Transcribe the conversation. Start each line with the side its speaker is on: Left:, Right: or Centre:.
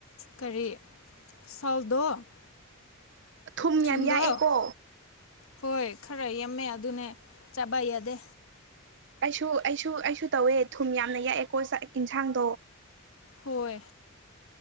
Left: ꯀꯔꯤ ꯁꯥꯎꯗꯣ
Right: ꯊꯨꯝ
Left: ꯊꯨꯟꯗꯣ
Right: ꯌꯥꯝ ꯌꯥꯛꯑꯦꯀꯣ
Left: ꯍꯣꯏ ꯈꯔ ꯌꯥꯝꯃꯦ ꯑꯗꯨꯅꯦ ꯆꯥꯕ ꯌꯥꯗꯦ
Right: ꯑꯩꯁꯨ ꯑꯩꯁꯨ ꯑꯩꯁꯨ ꯇꯧꯋꯦ ꯊꯨꯝ ꯌꯥꯝꯅ ꯌꯥꯛꯑꯦꯀꯣ ꯆ ꯏꯟꯁꯥꯡꯗꯣ
Left: ꯍꯣꯏ